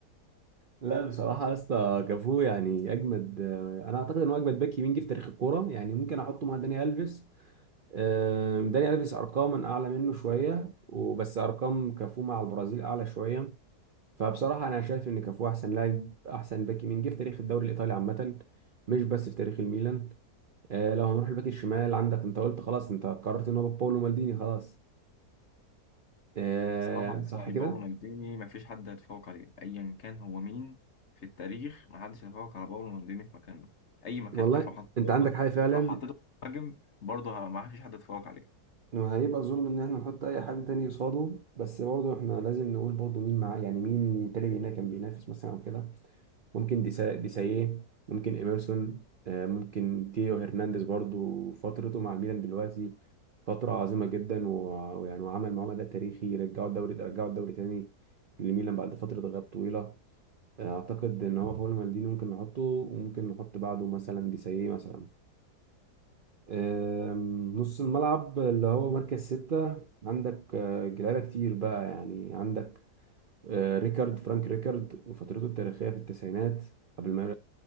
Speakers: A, on the right (about 60°); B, on the left (about 45°).
A: لا بصراحة يا اسطى كافو يعني أجمد أنا أعتقد إن هو أجمد باك يمين جه في تاريخ الكورة يعني ممكن أحطه مع داني ألفيس آه، داني ألفيس أرقاما أعلى منه شوية وبس أرقام كافو مع البرازيل أعلى شوية فبصراحة أنا شايف إن كافو أحسن لاعب أحسن باك يمين جه في تاريخ الدوري الإيطالي عامة مش بس في تاريخ الميلان آه، لو هنروح الباك الشمال عندك أنت قلت خلاص أنت قررت إن هو باولو مالديني خلاص آه،
B: صراحة يا اسطى
A: صح
B: يعني
A: كده؟
B: باولو مالديني مفيش حد هيتفوق عليه أيا كان هو مين في التاريخ محدش هيتفوق على باولو مالديني في مكانه أي مكان
A: والله
B: عارف لو حطيت
A: أنت
B: برضه
A: عندك حاجة فعلا
B: شوف لو حطيته مهاجم برضه مفيش حد هيتفوق عليه
A: وهيبقى ظلم ان احنا نحط اي حد تاني قصاده بس برضه احنا لازم نقول برضه مين معاه يعني مين تاني هنا كان بينافس مثلا او كده ممكن ديسا ديسايه ممكن ايمرسون آه، ممكن تيو هرنانديز برضه فترته مع الميلان دلوقتي فترة عظيمة جدا و- ويعني وعمل معاه ده تاريخي رجعوا الدوري رجعوا الدوري تاني لميلان بعد فترة غياب طويلة آه، اعتقد ان هو فاول مالديني ممكن نحطه وممكن نحط بعده مثلا ديسايه مثلا أم، نص الملعب اللي هو مركز ستة عندك آه، لعيبة كتير بقى يعني عندك آه، ريكارد فرانك ريكارد وفترته التاريخية في التسعينات قبل ما